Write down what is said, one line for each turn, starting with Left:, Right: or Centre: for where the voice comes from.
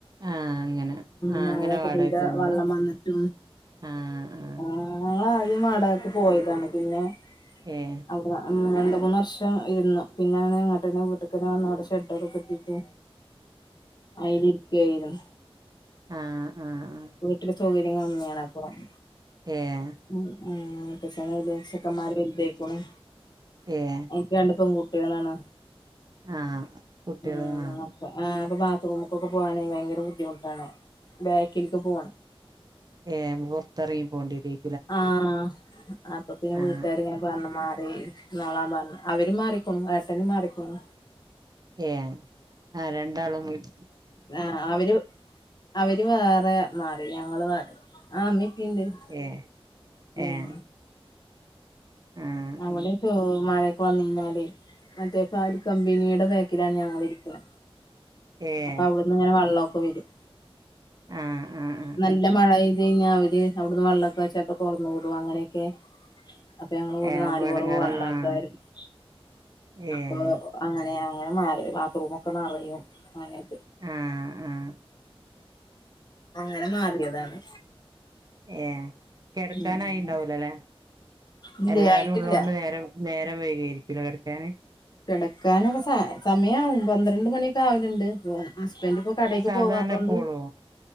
Right: ആഹ് അങ്ങനെ ആഹ്
Left: മഴക്കെ
Right: അങ്ങനെ വാടകക്ക്
Left: പെയ്ത
Right: വന്നതാ
Left: വെള്ളം വന്നിട്ട്.
Right: ആഹ് ആഹ്
Left: ഉം ഞങ്ങള് ആദ്യം വടകക്ക് പോയതാണ്. പിന്നെ
Right: ഏഹ്‌
Left: അവ്ട്ന്ന് രണ്ട് മൂന്ന് വർഷം ട്ട ഇരുന്നു പിന്നെങ്ങനെ എങ്ങട്ടെന്നെ വീട്ടക്കനെ വന്ന് അവിടെ ഷെഡൊക്കെ കെട്ടീട്ട് അയിലിരിക്കെയ്നു.
Right: ആഹ്‌ ആഹ് ആഹ്‌
Left: വീട്ടില് സൗകര്യം കമ്മിയാണ് അപ്പം
Right: ഏഹ്
Left: ഉം. പക്ഷണ ചെക്കൻമാര് വെൽതയ്ക്കുണു.
Right: എഏ
Left: ഇൻക് രണ്ട്പെൺകുട്ടിയാളാണ്.
Right: ആഹ് കുട്ടികള്
Left: ഉം അങ്ങനെ
Right: ആഹ്
Left: കൊ. ആ അപ്പം ബാത്റൂമ്ക്കൊക്കെ പോകൻ വാനെ ഭയങ്കരബുദ്ധിമുട്ടാണ്. ബാക്കില്ക്ക്പോണം
Right: ഏഹ്‌ പുറത്തിറങ്ങി പോണ്ടിയ്ര് യ്
Left: ആഹ്‌ അപ്പൊപിന്നെ
Right: ആഹ്
Left: വീട്ടാ ര് ങ്ങനെ പർഞ്ഞ്. മാറി നാളാം പറഞ്ഞ് അവരുംമാറിക്ക്ണു ഏട്ടനും മാറിക്ക്ണു.
Right: ഏ ആരണ്ടാളും. വിട
Left: ആ അവര് അവര് വേറെമാറി ഞങ്ങള് വേ ആ ഇമ്മി ഇപ്പിം പിം ണ്ട്
Right: ഏഹ്
Left: ഉം
Right: ഏഹ് ആഹ്
Left: അവിടിം
Right: ആഹ്
Left: ചൊ മഴ <unintelligible> മറ്റേകാലികമ്പനിയുടെ ബേക്കിലാഞങ്ങളിരിക്ക്ണ്.
Right: ഏഹ്
Left: അപ്പൊവ്ടുന്ന്ങ്ങനെ വള്ളൊക്കെവരും.
Right: ആഹ് ആഹ് ആഹ്
Left: നല്ല
Right: ആഹ്
Left: മഴ എയ്ത്ഴിഞ്ഞാ അവര് അവ്ട്ന്ന് വള്ളൊക്കെ വ ചെൽപ്പോ തൊറന്ന്‌വിടു. അങ്ങനെയൊക്കെ അപ്പ ഞങ്ങളെ കൂടെ
Right: ഏഹ്
Left: നാല്
Right: അപ്പൊ
Left: പുറവും
Right: എടങ്ങേറ
Left: വള്ള
Right: ആഹ്
Left: ആപ്പായ്ര്ന്ന്
Right: ഏഹ്
Left: അപ്പൊ അങ്ങനെ അങ്ങനെമാറി ബാത്റൂമൊക്കെനറയും. അങ്ങനെ-
Right: ആഹ് ആഹ്
Left: അങ്ങനെ മാറിയതാണ്.
Right: ഏഹ്‌, കെട്ക്കാനായിണ്ടാവൂലലേ?
Left: ഉം ഇല്ലേ
Right: എല്ലാരും
Left: ആയിട്ടില്ല
Right: ഉള്ളൊണ്ട് നേരം നേരം വൈകയിരിക്കുലെ കടക്കാന്?
Left: കെടക്കാനൊക്കെ സ സമയാവും പന്ത്രണ്ട്മണിയൊക്കാവല്ണ്ട്. <unintelligible> ഹസ്ബന്റ്പ്പോ കടേക്ക്പോവാത്തൊണ്ട്
Right: സാധാരണ എപ്പോളോ